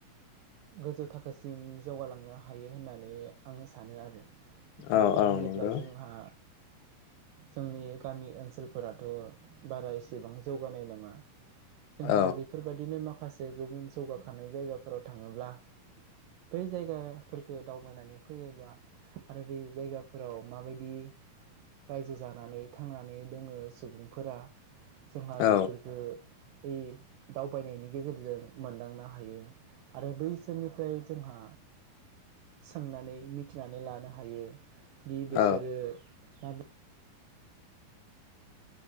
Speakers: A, on the right (about 85°); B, on the left (about 85°).
A: गोजौ थाखोसिम जौगालांनो हायो होननानै आंङो सानो आरो।
B: औ
A: मानो
B: औ
A: होनोब्ला
B: नंगौ
A: जोंहा। जोंनि गामि ओनसोलफोराथ' बारा एसेबां जौगानाय नङा। जोंहा
B: औ
A: बेफोरबायदिनो माख माखासे गुबुन जौगाखानाय जायगाफोराव। थाङोब्ला बै जायगाफोरफोरखौ दावबायनानै फैयोब्ला आरो बै जायगाफोराव माबायदि रायजो जानानै थांनानै दोंङो सुबुंफोरा। जोंहा
B: औ
A: बेफोरखो। हैयो दावबायनायनि गेजेरजों मोनदांनो हायो। आरो बैसोरनिफ्राय जोंहा। सोंनानै मिथिनानै लानो हायो। दि बेसोरो।
B: औ
A: दा बे।